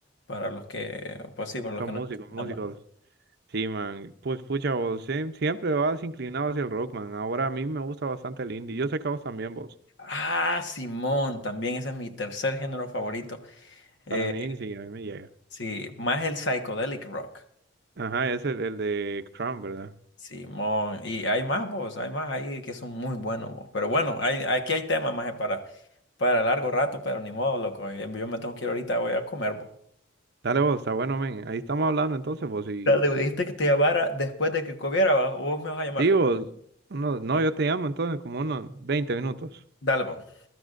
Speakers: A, on the left; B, on the right.
A: para los que pues sí, para los
B: Son
A: que no
B: músicos,
A: entiendan,
B: músicos.
A: va.
B: Sí, man. Pues pucha, vos sie- siempre vas inclinado hacia el rock, man. Ahora a mí me gusta bastante el indie. Yo sé que a vos también, vos.
A: Ah, Simón, también ese es mi tercer género favorito. eh,
B: Para mí, sí, a mí me llega.
A: Sí, más el psychedelic rock.
B: Ajá, es el, el de Crown, ¿verdad?
A: Sí, y hay más, vos, hay más ahí que son muy buenos, vos. Pero bueno, hay, aquí hay temas más para, para largo rato, pero ni modo, loco. eh, Yo me tengo que ir ahorita, voy a comer, vos.
B: Dale vos, está bueno, men. Ahí estamos hablando entonces vos y...
A: Dale, dijiste que te llamara después de que comiera, ¿va? o vos me vas a llamar.
B: Sí, vos, uno- no, yo te llamo entonces como unos 20 minutos.
A: Dale, vos.